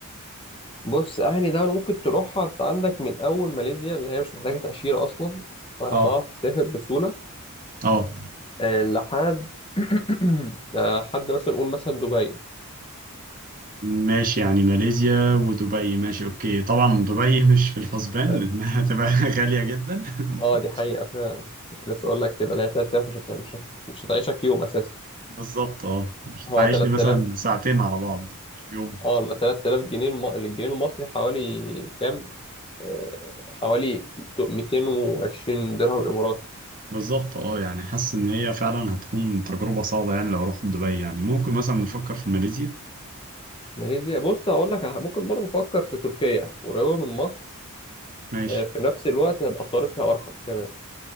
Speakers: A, on the left (about 25°); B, on the right (about 40°).
A: بص أهني دولة ممكن تروحها أنت عندك من أول ماليزيا اللي هي مش محتاجة تأشيرة أصلا فهتعرف
B: اه
A: تسافر بسهولة
B: اه
A: آه لحد <coughs> <clears throat> آه، حد مثلا نقول مثلا دبي
B: ماشي يعني ماليزيا ودبي ماشي اوكي طبعا دبي مش في الحسبان
A: بس
B: لانها هتبقى <laughs> غالية جدا
A: اه
B: <laughs>
A: دي حقيقة فعلا كنت لسه اقول لك كده اللي هي 3000 مش هت... مش هت... مش هتعيشك يوم اساسا
B: بالظبط اه مش
A: هو
B: هتعيش
A: 3000
B: لي مثلا ساعتين على بعض في يوم
A: اه ال 3000 جنيه الم... الجنيه المصري حوالي كام آه حوالي 220 درهم اماراتي
B: بالظبط اه يعني حاسس ان هي فعلا هتكون تجربة صعبة يعني لو رحت دبي يعني ممكن مثلا نفكر في ماليزيا
A: ماليزيا بص هقول لك على- ممكن برضه نفكر في تركيا قريبة من مصر
B: ماشي
A: آه في نفس الوقت هيبقى الطريق فيها ارخص كمان